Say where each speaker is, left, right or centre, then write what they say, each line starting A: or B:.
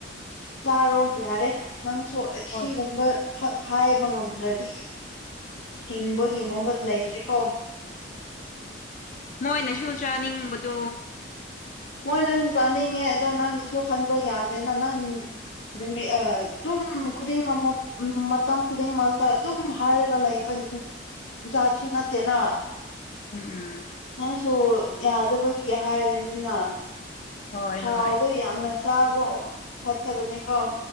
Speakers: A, on the left (about 85°); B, on the left (about 40°).
A: ꯆꯥꯔꯣ ꯌꯥꯔꯦ ꯅꯪꯁꯨ ꯑꯁꯤꯒꯨꯝꯕ
B: ꯍꯣꯏ
A: ꯍꯥꯏꯕ ꯉꯝꯗ꯭ꯔꯗꯤ ꯍꯤꯡꯕꯒꯤ ꯃꯣꯍꯠ ꯂꯥꯏꯇ꯭ꯔꯤ ꯀꯣ
B: ꯃꯣꯏꯅꯁꯨ ꯆꯥꯅꯤꯡꯕꯗꫭ
A: ꯃꯣꯏꯅꯁꯨ ꯆꯥꯅꯤꯡꯉꯦ ꯑꯗꯣ ꯅꯪꯒꯤꯁꯨ ꯈꯟꯕ ꯌꯥꯗꯦꯅ ꯅꯪ ꯅꯨꯃꯤꯠ ꯑ ꯑꯗꯨꯝ ꯈꯨꯗꯤꯡꯃꯛ ꯃꯇꯝ ꯈꯨꯗꯤꯡꯃꯛꯇ ꯑꯗꯨꯝ ꯍꯥꯏꯔꯒ ꯂꯩ ꯂꯩꯕꯅ‌ꯦ ꯆꯥꯠꯁꯨ ꯅꯠꯇ‌ꯦꯅ
B: ꯎꯝ
A: ꯅꯪꯁꯨ ꯌꯥꯗꯕꯒꯤ ꯍꯥꯏꯔꯤꯅꯤꯅ
B: ꯍꯣꯏ
A: ꯊꯥꯎꯗꯣ
B: ꯍꯣꯏ
A: ꯌꯥꯝꯅ ꯆꯥꯕ ꯐꯠꯇꯕꯅꯤꯀꯣ